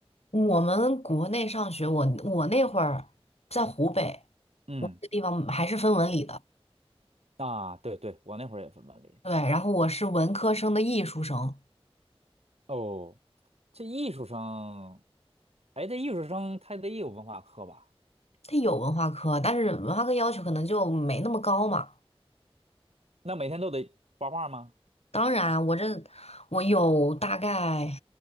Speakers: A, on the left; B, on the right.
A: 我们国内上学，我我那会儿在湖北，
B: 嗯
A: 我那个地方还是分文理的，
B: 啊，对对，我那会儿也分班里。
A: 对，然后我是文科生的艺术生，
B: 哦，这艺术生，哎，这艺术生他得有文化课吧？
A: 它有文化课，但是文化课要求可能就没那么高嘛。
B: 那每天都得画画吗？
A: 当然，我这我有大概